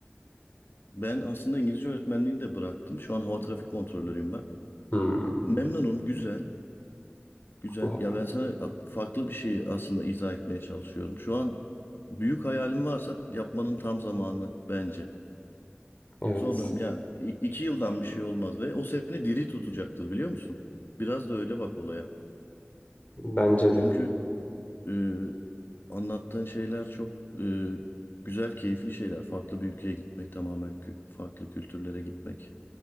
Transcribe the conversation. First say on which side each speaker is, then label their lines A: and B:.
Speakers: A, on the left; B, on the left.
A: ben aslında İngilizce öğretmenliğini de bıraktım. Şu an hava trafik kontrolörüyüm ben.
B: Hmm.
A: Memnunum, güzel, güzel.
B: Bu-
A: Ya ben sana farklı bir şeyi aslında izah etmeye çalışıyorum. Şu an büyük hayalim varsa yapmanın tam zamanı bence.
B: Evet.
A: Sonra yani i- iki yıldan bir şey olmaz ve o seni diri tutacaktır biliyor musun? Biraz da öyle bak olaya.
B: Bence
A: Çünkü
B: de.
A: Ee, anlattığın şeyler çok e, güzel, keyifli şeyler. Farklı bir ülkeye gitmek, tamamen kü- farklı kültürlere gitmek,